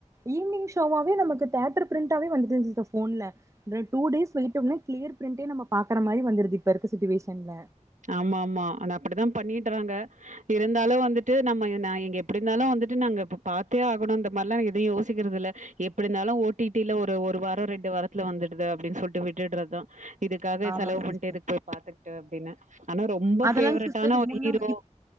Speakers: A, on the right (about 25°); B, on the right (about 75°).
A: ஈவினிங்ஷோவாவ நமக்கு தேட்டர் பிரண்டே வந்தன்ல டூ கிளியர் பிரண்டே நம்ம பாக்குற மாரி வந்தது இப்ப இருக்குவேஷன்ல
B: ஆமா -ஆமா ஆன அப்படி தான் பண்ணிட்டுறாங்க இருந்தாலும் வந்துட்டு ட்டு நம்ம எங்க எப்படி நாளும் வந்துட்டு நாங்க பாாரத்தே ஆகணும் இந்த மாதிரிலாம் எதுவும் யோசிக்கறிறது இல்ல எப்படி இருந்தாலும் ஓட்டில ஒரு வாரம் ரெண்டு வாரத்துல வந்துடுது அப்படின்னு சொல்லிட்டு விட்டுடுறதுதான் இதுகாக
A: ஆமாங்க
B: செலவு பண்ணிட்டுதுக்கு
A: சிஸ்டர்
B: போய் பாத்த ட அப்டின்னே ஆனா ரொம்ப
A: அதெல்லாங்
B: பேவரெட்டான
A: சிஸ்டர்
B: ஒரு
A: முன்னம்
B: ஹீரோ
A: இப்